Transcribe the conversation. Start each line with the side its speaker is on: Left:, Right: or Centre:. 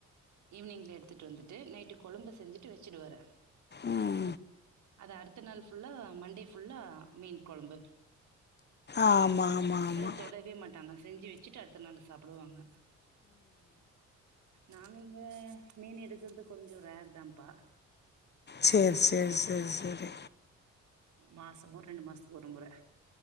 Right: ஈவினிங்ல எடுத்துட்டு வந்துட்டு நைட்டு கொழம்பு செஞ்சுட்டு வச்சுடுவாறு
Left: உம்
Right: அது அடுத்த நாள் ஃபுல்லா மண்டே ஃபுல்லா மீன் குழம்பு
Left: ஆமா, ஆமா, ஆமா.
Right: அதை தொடவே மாட்டாங்க செஞ்சு வச்சுட்டு அடுத்த நாள் சாப்பிடுவாங்க நாங்க இங்க மீன் எடுக்குறது கொஞ்சம் ரேர் தான்ப்பா
Left: செரி செரி செரி செரி
Right: மாசம் ஒரு ரெண்டு மாசத்துக்கு ஒருமுறை